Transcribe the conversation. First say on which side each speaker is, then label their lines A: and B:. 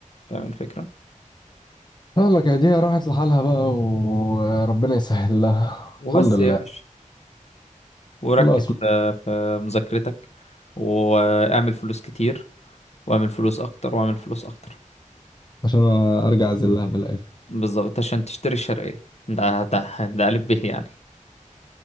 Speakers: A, on the left; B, on the left.
A: فاهم الفكرة
B: فاهمك يا دي راحت لحالها بقى وربنا يسهل لها
A: وبس
B: الحمد لله
A: يا باشا وركز
B: خلاص
A: في في مذاكرتك واعمل فلوس كتير واعمل فلوس اكتر واعمل فلوس اكتر
B: عشان ارجع اعزلها في الاخر
A: بالظبط عشان تشتري الشرقية ده ده ده ألف به يعني